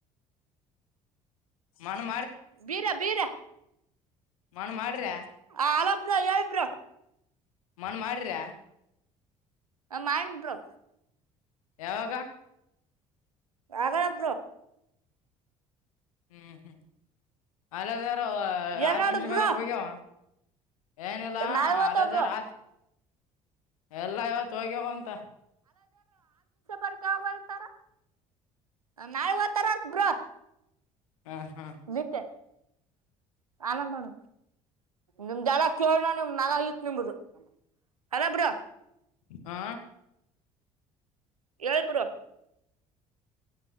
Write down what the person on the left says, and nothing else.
ಮಣ್ಣು
ಮಣ ಮಾಡ್ರ
ಮನ್ ಮಾಡ್ರ.
ಯಾವಾಗ.
ಹ್ಮ್ ಹ್ಮ್ ಅಲ್ಲದಾರ
ಆರು
ನಿಮಿ್ಷ
ಬರಕ್ ಹೋಗ್ಯವ ಏನಿಲ್ಲ
ಅಲ್ಲದಾರ
ಆ. ಎಲ್ಲ ಇವತ್ತು ಹೋಗ್ಯವ ಅಂತ.
ಹ ಹ
ಆ